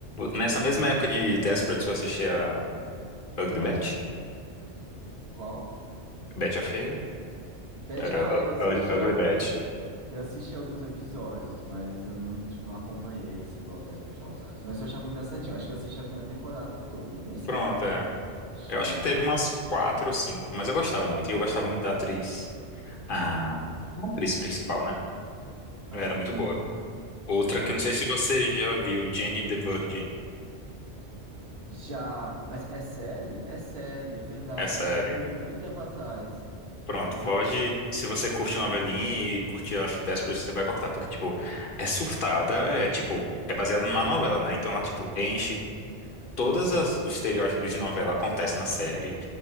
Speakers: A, on the left; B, on the right.
A: Nessa mesma época de Desperate, eu assistia Ugly Betty,
B: qual?
A: Betty a Feia,
B: Beth,
A: era
B: ah,
A: U-
B: eu assisti
A: U- Ugly
B: alguns...
A: Betty.
B: epi- Eu assisti alguns episódios, mas eu não, tipo, não acompanhei, assim, igual Desperate Housewives. Mas eu achava engraçadinho, eu acho que eu assisti a primeira temporada toda. Nem sei
A: Pronto,
B: quantas
A: é.
B: tinham
A: Eu acho que
B: no
A: teve
B: final.
A: umas quatro ou cinco, mas eu gostava muito. E eu gostava muito da atriz, a, a atriz principal, né?
B: Ah,
A: Ela Era
B: era
A: muito
B: muito...
A: boa. Outra
B: Eu achava...
A: que eu não sei se você já viu, Jenny the Virgin.
B: Já... Mas é série? É série, é verdade.
A: É sério.
B: Eu vi há muito tempo atrás,
A: Pronto,
B: mas
A: pode.
B: eu vi...
A: Se você curte novelinha e curte, acho que 10%, você vai cortar. Porque, tipo, é surtada, é tipo, é baseada numa novela, né? Então ela, tipo, enche todas os estereótipos de novela acontecem na série.